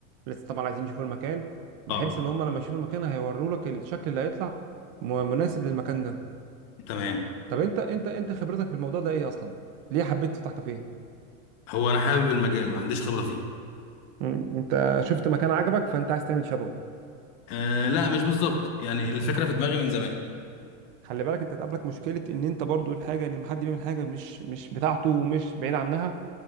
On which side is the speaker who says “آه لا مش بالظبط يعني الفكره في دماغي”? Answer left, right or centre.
Left